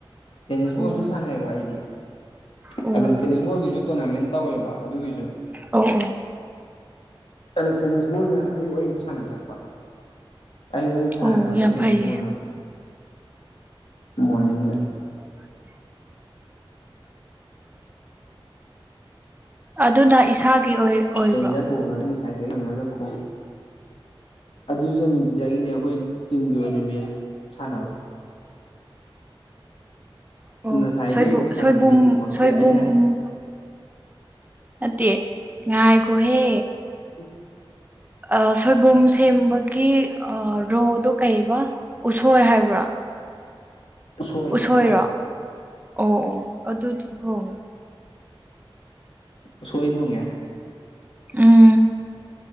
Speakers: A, on the left; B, on the right.
A: ꯇꯦꯅꯤꯁ
B: ꯑꯣ
A: ꯕꯣꯜꯁꯨ ꯁꯥꯟꯅꯩꯕ ꯑꯩꯗꯤ꯫
B: ꯑꯣ
A: ꯑꯗꯨ ꯇꯦꯅꯤꯁ ꯕꯣꯜꯒꯤꯁꯨ ꯇꯣꯔꯅꯥꯃꯦꯟ ꯇꯧꯋꯦꯕ ꯑꯗꯨꯒꯤꯖꯨ
B: ꯑꯣ ꯑꯣ
A: ꯑꯗꯣ ꯇꯦꯅꯤꯁ ꯕꯣꯜꯅ ꯑꯌꯨꯛ ꯑꯌꯨꯛ ꯁꯥꯟꯅ ꯆꯠꯄ ꯑꯌꯨꯛ ꯑꯌꯨꯛ ꯁꯥꯟꯅ
B: ꯑꯣ
A: ꯆꯠꯄ
B: ꯌꯥꯝ
A: ꯇꯦꯅꯤꯁ
B: ꯐꯩꯌꯦ
A: ꯕꯣꯜꯅ ꯑꯃꯨꯛ꯫ ꯃꯣꯔꯅꯤꯡꯗ
B: <inaudible>
A: <inaudible>
B: ꯑꯗꯨꯅ ꯏꯁꯥꯒꯤ ꯑꯣꯏ ꯑꯣꯏꯕ꯭ꯔꯣ
A: ꯀꯩꯏꯟꯖꯥꯡ ꯊꯣꯡꯉꯒꯦ ꯉꯁꯥꯏꯗꯩ ꯍꯪꯉꯒ ꯈꯨ ꯑꯗꯨꯖꯨ ꯅꯨ ꯇꯤꯖꯥꯏꯒꯤꯅꯦꯕ ꯑꯩꯈꯣꯏ ꯇꯤꯝꯒꯤ ꯑꯣꯏꯅ ꯃꯦꯁ ꯁꯥꯟꯅꯕ꯫
B: ꯑꯣ
A: ꯉꯁꯥꯏꯈꯩ
B: ꯁꯣꯏꯕꯣ
A: ꯍꯪꯉꯤꯁꯦ
B: ꯁꯣꯏꯕꯨꯝ
A: ꯈꯨꯝꯃꯛꯇꯦ
B: ꯁꯣꯏꯕꯨꯝꯨ
A: ꯑꯩꯅ
B: ꯅꯠꯇꯦ ꯉꯥꯏꯈꯣꯍꯦ
A: <inaudible>
B: ꯑꯥ ꯁꯣꯏꯕꯨꯝ ꯁꯦꯝꯕꯒꯤ ꯑꯥ ꯔꯣꯗꯣ ꯀꯩꯕ ꯎꯁꯣꯏ ꯍꯥꯏꯕ꯭ꯔꯥ꯫
A: ꯎꯁꯣꯏ
B: ꯎꯁꯣꯏꯔꯣ
A: ꯎꯁꯣꯏ
B: ꯑꯣ ꯑꯣ ꯑꯗꯨꯗꯨꯁꯨ ꯍꯣꯡꯉꯦ
A: ꯎꯁꯣꯏ ꯊꯣꯡꯉꯦ
B: ꯎꯝ